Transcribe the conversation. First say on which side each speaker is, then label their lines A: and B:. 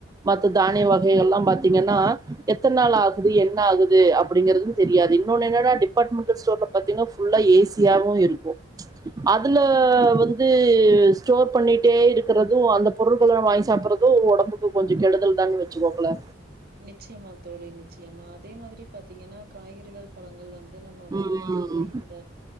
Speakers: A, on the right; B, on the right.
A: மத்த தானிய வகைகள்லா பாத்தீங்கன்னா எத்தன் நாள் ஆகுது என்ன ஆகுது அப் படிங்கறது தெரியாது இன்னொன்னு என்னன்னா டிபாட்மென்ண்டல் ஸ்டோர்ல பாத்தீங்னா ஃபுல்லா ஏசியாவு இருக்கு அதுல வந்து ஸ்டோர் பண்ணிட்டே இருக்குறது அந்த பொருட்கள நம் வாய்ன் சாப்பறது ஒடம்புக்கு கொஞ்சோ கெடுதல் தானு வெச்சுக்கோங்களே
B: நிச்சயமா தோழி நிச்சயமா அதே மாதிரி பாத்தீங்கன்னா காய்கறிகள் பழங்கள் வந்து நம்ம
A: உம்
B: வாங்கும் போது இந்த